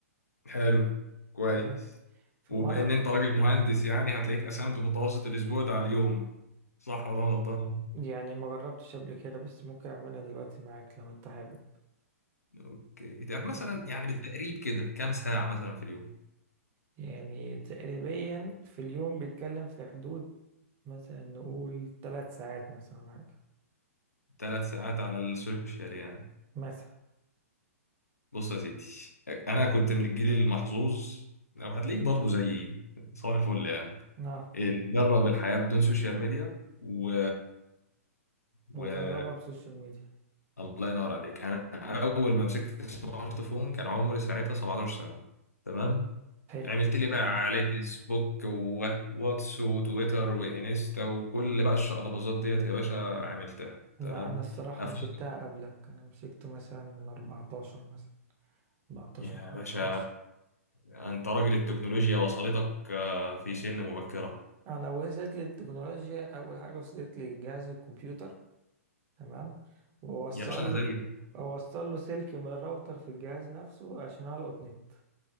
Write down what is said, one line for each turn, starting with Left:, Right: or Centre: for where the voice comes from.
Left: حلو كويس
Right: حلو في
Left: وبما
Right: مرة
Left: ان انت راجل مهندس يعني هتلاقيك قسمت متوسط الاسبوع ده على اليوم صح ولا أنا غلطان؟
Right: يعني ما جربتش قبل كده بس ممكن اعملها دلوقتي معاك لو انت حابب
Left: اوكي طب مثلا
Right: يعني
Left: يعني بالتقريب كده كام ساعة مثلا في اليوم
Right: يعني تقريبا في اليوم بيتكلم في حدود مثلا نقول ثلاث ساعات مثلا ولا حاجة
Left: ثلاث ساعات على السوشيال يعني
Right: مثلا
Left: بص يا سيدي انا كنت من الجيل المحظوظ لو هتلاقيك برضه زيي صباح الفل يعني
Right: اه
Left: اللي جرب الحياة بدون سوشيال ميديا و...
Right: وجربها
Left: و
Right: بسوشيال ميديا
Left: الله ينور عليك انا اول ما مسكت السمارت فون كان عمري ساعتها 17 سنة تمام
Right: حلو
Left: عملت لي بقى على فيسبوك وواتس وتويتر وانستا وكل بقى الشقلباظات ديت يا باشا عملتها
Right: لا
Left: تمام
Right: انا الصراحة
Left: أفوق
Right: مسكتها قبلك انا مسكته مثلا من 14 مثلا 14
Left: يا
Right: 15
Left: باشا انت راجل التكنولوجيا وصلتك آه، في سن مبكرة
Right: انا وصلت لي التكنولوجيا اول حاجة وصلت لي جهاز الكمبيوتر تمام ووصل
Left: يا باشا
Right: له
Left: انا زيك
Right: اوصل له سلك من الراوتر في الجهاز نفسه عشان القط نت